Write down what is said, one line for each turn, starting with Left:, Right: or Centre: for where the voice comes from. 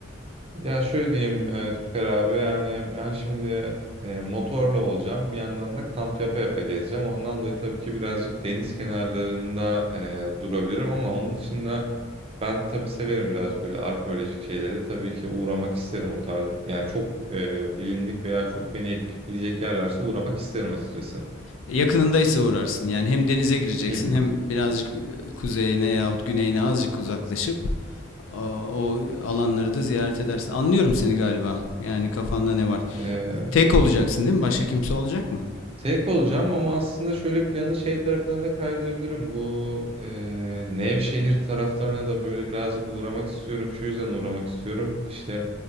Right: Ya şöyle diyeyim e, Türker abi. Yani ben şimdi e, motorla olacağım. Bir yandan da kamp yapa yapa gezeceğim. Ondan dolayı tabii ki birazcık deniz kenarlarında e, durabilirim ama onun dışında Ben tabii severim birazcık böyle arkeolojik şeyleri. Tabii ki uğramak isterim o tarz. Yani çok e, bilindik veya çok beni etkileyecek yerlerse uğramak isterim açıkçası.
Left: Yakınındaysa uğrarsın. Yani hem denize gireceksin
Right: Hı hı.
Left: hem birazcık e, kuzeyine yahut güneyine azıcık uzaklaşıp a, o alanları da ziyaret edersin. Anlıyorum seni galiba. Yani kafanda ne var?
Right: E,
Left: Tek olacaksın değil mi? Başka kimse olacak mı?
Right: tek olacağım ama aslında şöyle planı şey tarafına da kaydırabilirim. Bu e, Nevşehir taraflarına da böyle birazcık uğramak istiyorum. Şu yüzden uğramak istiyorum. İşte